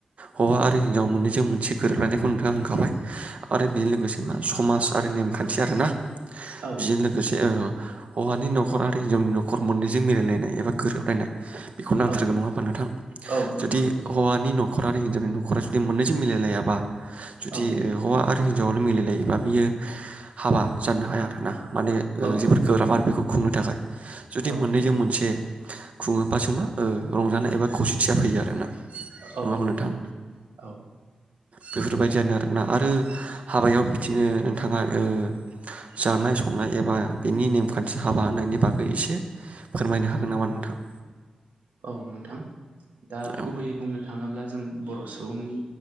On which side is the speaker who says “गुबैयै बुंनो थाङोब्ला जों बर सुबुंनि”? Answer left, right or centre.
Right